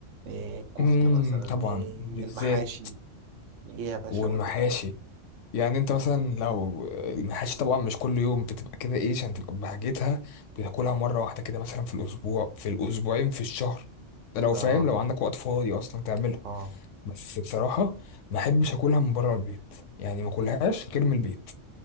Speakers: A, on the right; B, on the left.
A: إيه الكفتة
B: امم
A: مثلا
B: طبعا
A: إيه
B: بالذات
A: المحاشي إيه يا باشا
B: والمحاشي
A: قول لي بقى
B: يعني انت مثلا لو المحاشي طبعا مش كل يوم بتبقى كده ايه عشان تبقى بحاجتها بتاكلها مرة واحدة كده مثلا في الأسبوع في الأسبوعين في الشهر ده لو
A: آه
B: فاهم لو عندك وقت فاضي أصلا تعملها
A: آه
B: بس بصراحة ما أحبش أكلها من بره البيت يعني ما أكلهاش غير من البيت